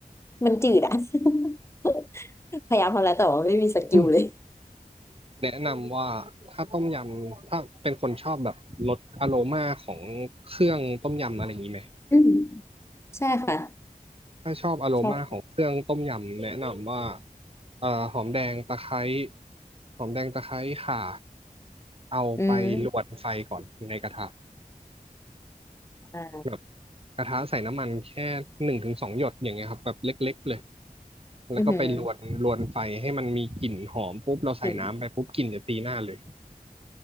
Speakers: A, on the left; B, on the right.
A: มันจืดอะ <laughs> พยายามทำแล้วแต่ว่าไม่มีสกิลเลย
B: <clears throat> แนะนำว่าถ้าต้มยำถ้าเป็นคนชอบแบบรสอโรมาของเครื่องต้มยำอะไรอย่างนี้ไหม
A: อืมใช่ค่ะ
B: ถ้าชอบอโรมาของเครื่องต้มยำแนะนำว่า
A: ชอบ
B: เอ่อหอมแดงตะไคร้หอมแดงตะไคร้ข่าเอาไปลวนไฟก่อนในกระทะ
A: อืมอ่า
B: แบบกระทะใส่น้ำมันแค่หนึ่งถึงสองหยดอย่างเงี้ยครับแบบเล็กๆเลยแล้วก็ไปลวนลวนไฟให้มันมีกลิ่นหอมปุ๊บเราใส่น้ำไปปุ๊บกลิ่นจะตีหน้าเลย
A: อือหืออิ่ม